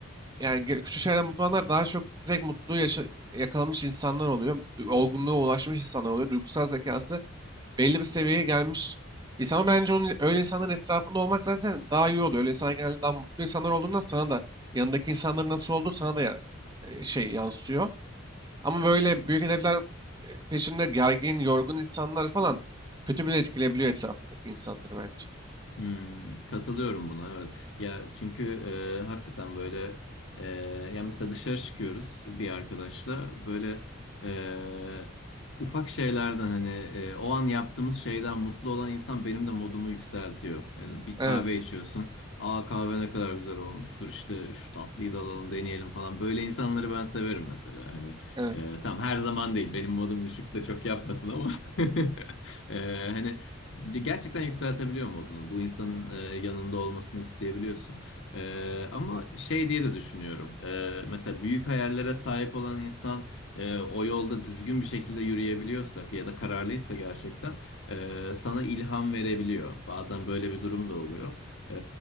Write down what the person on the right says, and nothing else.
Yani ge- küçük şeylerden mutlu olanlar daha çok direkt mutluluğu yaşa- yakalamış insanlar oluyor. Olgunluğa ulaşmış insanlar oluyor. Duygusal zekası belli bir seviyeye gelmiş insan ama bence onun öyle insanların etrafında olmak zaten daha iyi oluyor. Öyle insanlar genelde daha mutlu insanlar olduğundan sana da yanındaki insanların nasıl olduğu sana da ya- e, şey yansıyor. Ama böyle büyük hedefler e, peşinde gergin, yorgun insanlar falan kötü bile etkileyebiliyor etrafındaki insanları bence.
Evet,
evet,